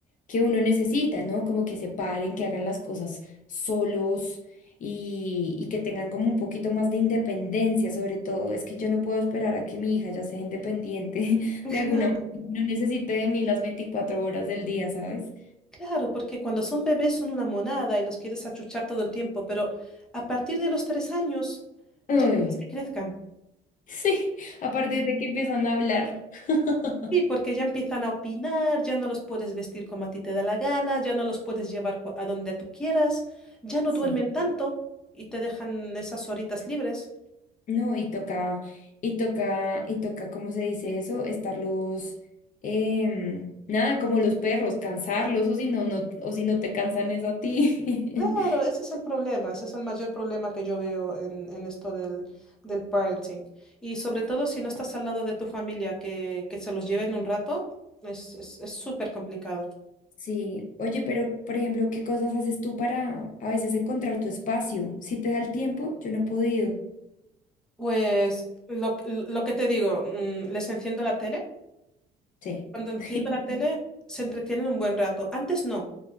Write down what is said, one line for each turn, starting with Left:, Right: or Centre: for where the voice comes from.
Left: que uno necesita, ¿no? Como que se paren, que hagan las cosas solos y, y que tengan como un poquito más de independencia, sobre todo. Es que yo no puedo esperar a que mi hija ya sea independiente <laughs>
Centre: <laughs>
Left: de alguna manera. No necesite de mí las 24 horas del día, ¿sabes?
Centre: Claro, porque cuando son bebés son una monada y los quieres achuchar todo el tiempo, pero a partir de los tres años ya
Left: Ay,
Centre: quieres que crezcan.
Left: sí, <laughs> a partir de que empiezan a hablar. <laughs>
Centre: Sí, porque ya empiezan a opinar, ya no los puedes vestir como a ti te da la gana, ya no los puedes llevar cu- a donde tú quieras, ya no
Left: Sí.
Centre: duermen tanto y te dejan esas horitas libres.
Left: No, y toca, y toca, y toca, ¿cómo se dice eso? Estarlos, em, nada, como los perros, cansarlos, o si no, no, o si no te cansan eso a ti.
Centre: Claro,
Left: <laughs>
Centre: ese es el problema, ese es el mayor problema que yo veo en, en esto del, del parenting. Y sobre todo si no estás al lado de tu familia, que, que se los lleven un rato, es, es, es súper complicado.
Left: Sí, oye, pero por ejemplo, ¿qué cosas haces tú para a veces encontrar tu espacio? Si te da el tiempo, yo no he podido.
Centre: Pues lo, lo que te digo, mm, les enciendo la tele.
Left: Sí,
Centre: Cuando enciendo
Left: <laughs>
Centre: la tele, se entretienen un buen rato. Antes no.